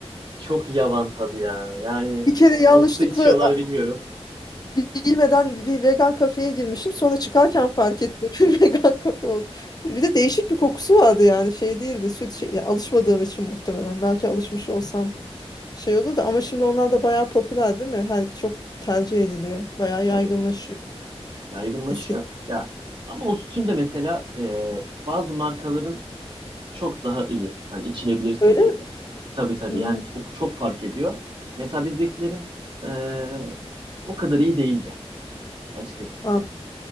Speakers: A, on the right; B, on the left.
A: çok yavan tadı ya. Yani
B: Bir kere yanlışlıkla
A: nasıl içiyorlar bilmiyorum.
B: Bilmeden bir vegan kafeye girmişim. Sonra çıkarken fark ettim. <laughs> Bir Vegan kafe oldu. Bir de değişik bir kokusu vardı yani. Şey değildi. Süt şey, ya alışmadığım için muhtemelen. Belki alışmış olsam şey olur da. Ama şimdi onlar da bayağı popüler değil mi? Her çok tercih ediliyor. Bayağı
A: Tabii
B: yaygınlaşıyor.
A: yaygınlaşıyor.
B: Eskisi
A: Ya ama o sütün de mesela e, bazı markaların çok daha iyi. Hani içilebilir seviyede.
B: öyle mi?
A: Tabii tabii.
B: Hmm,
A: Yani çok, çok fark ediyor. Mesela bizdekilerin eee, o kadar iyi değildi açıkçası.
B: anladım.